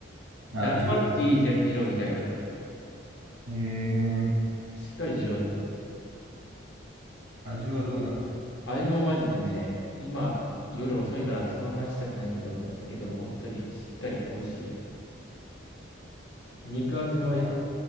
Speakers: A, on the right; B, on the left.
A: あ、
B: 何ばなくていい二二郎みたいな。
A: 二郎。えー、
B: しっかり二郎だよ。
A: 味はどうなの
B: 味もマジでね、今夜遅いからその話したくないけど、ぶっちゃけでも本当にしっかり美味しいよ。肉厚も
A: なん、